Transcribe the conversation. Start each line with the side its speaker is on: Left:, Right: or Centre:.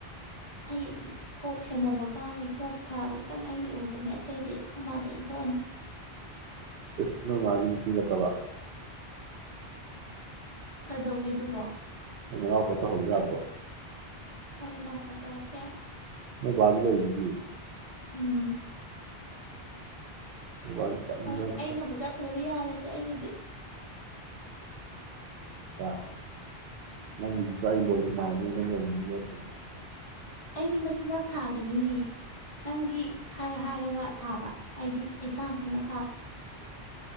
Left: ꯑꯩ ꯑꯣꯛ ꯁꯦꯟꯅꯕꯒ ꯐꯖꯅ ꯊꯥꯕ ꯈꯛꯇꯪ ꯑꯩꯒꯤ ꯑꯣꯏꯒꯅꯤ ꯑꯇꯩꯗꯤ ꯑꯩꯈꯣꯏ ꯃꯥꯗ ꯏꯟꯊꯣꯛꯑꯅꯤ
Right: ꯏꯁ ꯅꯣꯏ ꯃꯗꯤ ꯅꯨꯄꯤꯅꯠꯇꯕꯥ
Left: ꯀꯩꯗꯧꯒꯦꯗꯨꯕꯣ
Right: ꯑꯗꯨ ꯅꯅꯥꯎ ꯅꯨꯄꯥ ꯇꯧꯍꯟꯂꯨ ꯌꯥꯗꯔꯣ
Left: ꯍꯣꯏ ꯏꯅꯥꯎꯄ ꯇꯧ ꯍꯜꯂꯥꯖꯨ ꯌꯥꯏ
Right: ꯅꯣꯏ ꯕꯥꯖꯨ ꯂꯩꯗꯨꯗꯤ
Left: ꯑꯥ
Right: ꯅꯣꯏ ꯕꯥꯁꯨ ꯇꯟꯗꯅ
Left: ꯍꯣꯏ ꯑꯩꯅꯕꯨ ꯆꯠꯇ꯭ꯔꯗꯤ ꯌꯥꯔꯦꯁꯦ ꯑꯩꯒꯤꯗꯤ
Right: ꯑ ꯅꯪꯁꯨ ꯑꯩ ꯂꯣꯏꯔꯤ ꯁꯨꯃꯥꯏꯅ ꯅ ꯅꯪ ꯂꯣꯏꯅꯤꯡꯉꯤꯗꯅ ꯑꯩꯅ
Left: ꯑꯩꯗꯤ ꯃꯆꯤꯟꯖꯥꯛ ꯊꯥꯒꯅꯤ ꯅꯪꯗꯤ ꯍꯥꯏꯔ ꯍꯥꯏꯔꯒ ꯊꯥꯕ ꯑꯩꯗꯤ ꯑꯩ ꯏꯁꯥ ꯈꯛ ꯅ